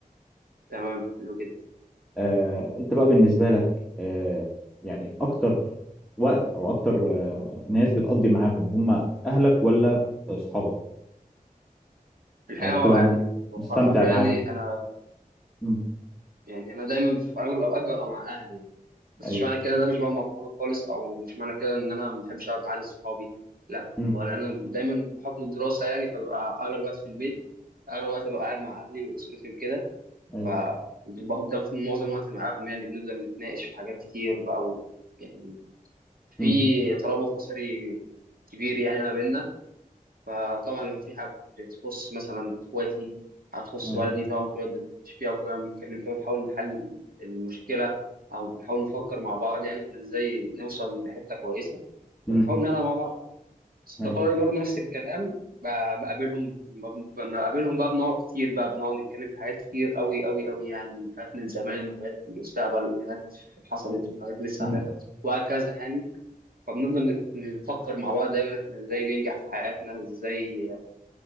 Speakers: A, on the right; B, in the centre.
A: تمام حلو جدا
B: آه، انت بقى بالنسبة لك آه، يعني اكتر وقت او اكتر آه، ناس بتقضي معاهم هم اهلك ولا اصحابك
A: في الحقيقة
B: او يعني
A: هو
B: بتبقى
A: يعني
B: م-
A: في واقع
B: مستمتع
A: الأمر يعني
B: معاهم
A: أنا
B: مم.
A: يعني أنا دايما في أغلب الأوقات ببقى مع أهلي يعني بس
B: ايوه
A: مش معنى كده إن أنا مش بقى مع صحابي خالص أو مش معنى كده إن أنا ما بحبش أقعد قعدة صحابي لا
B: مم.
A: ولا أنا دايما بحكم الدراسة يعني فببقى أغلب الوقت في البيت أغلب الوقت ببقى قاعد مع أهلي وأسرتي وكده
B: ايوه
A: فبفضل في معظم الوقت معاهم يعني بنفضل نتناقش في حاجات كتير بقى و- يعني في
B: مم.
A: ترابط أسري كبير يعني ما بيننا فطبعا لما في حاجة تخص مثلا إخواتي حاجة تخص
B: ايوه
A: والدي طبعا كلنا بنتناقش فيها وكلنا بنتكلم فيها ونحاول نحل المشكلة أو بنحاول نفكر مع بعض يعني إحنا إزاي نوصل لحتة كويسة
B: مم.
A: فبنحاول نلعب مع بعض أصدقائي
B: ايوه
A: برضه نفس الكلام ب- بقابلهم ب- لما بقابلهم بقى بنقعد كتير بقى بنقعد نتكلم في حاجات كتير أوي أوي أوي يعني حاجات من زمان وحاجات من المستقبل وحاجات حصلت وحاجات لسه
B: مم.
A: هتحصل وهكذا يعني فبنفضل نت- نفكر مع بعض دايما إحنا إزاي ننجح في حياتنا إزاي